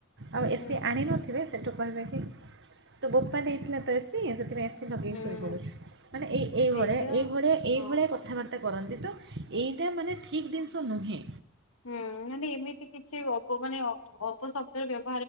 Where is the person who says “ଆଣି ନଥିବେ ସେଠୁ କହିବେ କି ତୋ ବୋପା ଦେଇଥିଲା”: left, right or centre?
Right